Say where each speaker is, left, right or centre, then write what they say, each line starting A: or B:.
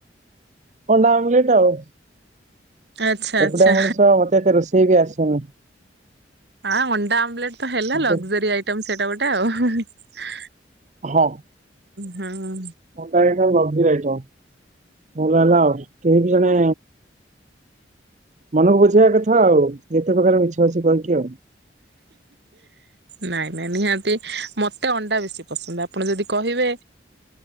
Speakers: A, on the right; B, on the right.
A: ପଣ୍ଡା ଆମଲେଟ ଆଉ
B: ଆଚ୍ଛା ଆଚ୍ଛା
A: ଏକୁଟା ମଣିଷ ମତେ ଏତେ ରୋଷେଇ ବି ଆସେନି
B: ହଁ ଅଣ୍ଡା ଆମଲେଟ ତ ହେଲା
A: ମତେ
B: ଲଗଜରୀ ଆଇଟ ସେଇଟା ଗୋଟେ ଏଟା ଆଉ
A: ହଁ।
B: ହଁ।
A: ମୋ କ କ ଲବଜିି ରାଇ ଭଲ ହେଲା ଆଉ କେହି ବି ଜଣେ ମନେକୁ ବ କଥା ଆଉ ଯେତେ ପ୍ରକାର ମି ଅଛି କର କି ଆଉ
B: ନାଇଁ ନାଇଁ ନିହାତି ମତେ ଅଣ୍ଡା ବେଶୀ ପସନ୍ଦ ଆପଣ ଯଦି କହିବେ